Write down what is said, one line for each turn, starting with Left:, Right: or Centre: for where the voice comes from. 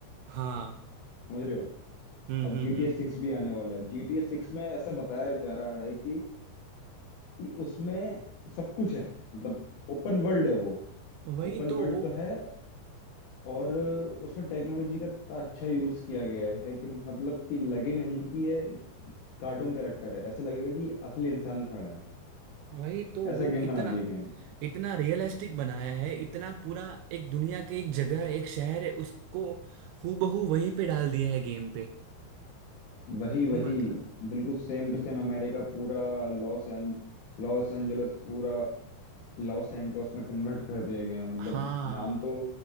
Right: हाँ
Left: समझ रहे हो
Right: हम्म
Left: अब
Right: हम्म
Left: जी
Right: हम्म
Left: टी ए सिक्स भी आने वाला है जी टी ए सिक्स में ऐसा बताया जा रहा है कि कि उसमें सब कुछ है मतलब ओपन वर्ल्ड है वो
Right: वही
Left: ओपन
Right: तो
Left: वर्ल्ड
Right: वो
Left: तो है और उसमें टेक्नोलॉजी का इतना अच्छा यूज किया गया है कि मतलब कि लगे नहीं कि ये कार्टून कैरेक्टर है ऐसा लगेगा कि असली इंसान खड़ा है
Right: वही तो वो
Left: ऐसा गेम
Right: इतना
Left: बना दिए गए हैं
Right: इतना रियलिस्टिक बनाया है इतना पूरा एक दुनिया की एक जगह है, एक शहर है उसको हूबहू वहीं पे डाल दिया है गेम पे
Left: वही वही
Right: मतलब
Left: बिल्कुल सेम टू सेम अमेरिका पूरा लॉस एंज लॉस एंजलस पूरा लॉस सैंटोस में कन्वर्ट कर दिया गया है मतलब
Right: हाँ
Left: नाम तो